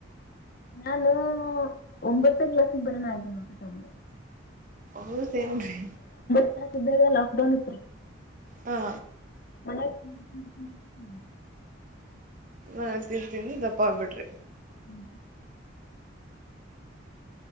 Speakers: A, on the left (about 50°); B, on the right (about 40°).
A: ನಾನು ಒಂಬತ್ತೇ ಗ್ಲಾಸ್ ಗೆ ಬರೋನ ಅದಿನ ತಂಬ
B: ಹೌದೇನ್ರೀ
A: ನ ಸಿದ್ದಾಗ ಲಾಕ್ಡೌನ್ ಇತ್ರಿ
B: ಹಾ
A: ಮನ್ಯಾಗ ನಾ
B: ನಾ ತಿನ್ಂತೀನಿ ದಪ್ಪ ಆಗ್ಬಿಟ್ರಿ
A: ಹ್ಮ್ <inaudible>